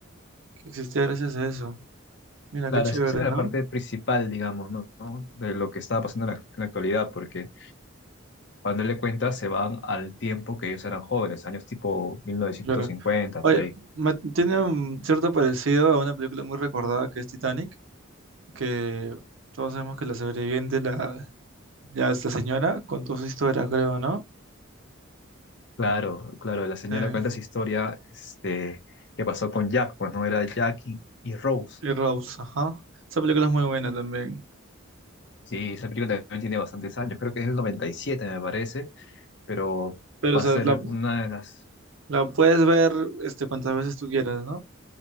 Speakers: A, on the right; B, on the left.
A: que existía gracias a eso. Mira,
B: Claro,
A: qué chévere,
B: es- esa era
A: ¿no?
B: la parte principal, digamos, ¿no? ¿no? De lo que estaba pasando en la, en la actualidad, porque cuando él le cuenta se van al tiempo que ellos eran jóvenes, años tipo 1950,
A: Claro. Oye,
B: por ahí.
A: me- tiene un cierto parecido a una película muy recordada que es Titanic, que todos sabemos que la sobreviviente, la, ya es la señora, contó su historia, creo, ¿no?
B: Claro, claro, la señora
A: Eh,
B: cuenta esa historia, este, que pasó con Jack, pues, ¿no? Era Jack y y Rose
A: y Rose, ajá. Esa película es muy buena también.
B: Sí, esa película también tiene bastantes años, creo que es el 97 me parece, pero
A: Pero,
B: va
A: o sea,
B: a ser
A: la,
B: una de las...
A: la puedes ver este, cuantas veces tú quieras, ¿no?